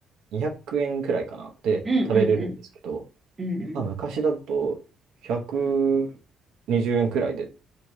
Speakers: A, on the right; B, on the right.
A: 200円くえんくらいかな、で食べれるんですけど、
B: うん、うん、うん、うん、
A: まあ、昔だと120円くにじゅうえんくらいで